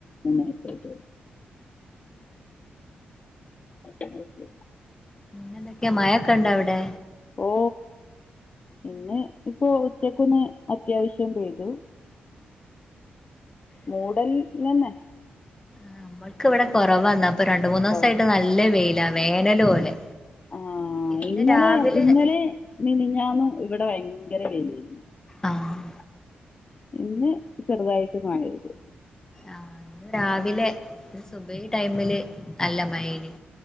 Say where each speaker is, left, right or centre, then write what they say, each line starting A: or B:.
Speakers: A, on the left; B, on the left.
A: <unintelligible> ഓക്കെ
B: ന്തൊക്കെയ മഴൊക്കെ ഇണ്ട അവിടെ?
A: ഓ ഇന്ന് ഇപ്പോ ഉച്ചക്കൊന്ന് അത്യാവശ്യം പെയ്തു മൂഡൽ തന്നെ
B: നമ്മക്ക് ഇവിടെ കുറവാന്ന ഇപ്പൊ രണ്ട് മൂന്ന്
A: കൊറേ
B: ദിവസായിട്ട് നല്ല വെയില വേനല് പോലെ
A: ആ
B: ഇന്ന്
A: ഇന്നലെ
B: രാവിലെ
A: ഇന്നലെ മിനിഞ്ഞാന്നും ഇവിടെ ഭയങ്കര വെയിലാന്നു
B: ആഹ്
A: ഇന്ന് ചെറുതായിട്ട് മഴ പെയ്തു
B: ആ ഇന്ന് രാവിലെ സുബൈ ടൈമില് നല്ല മയനി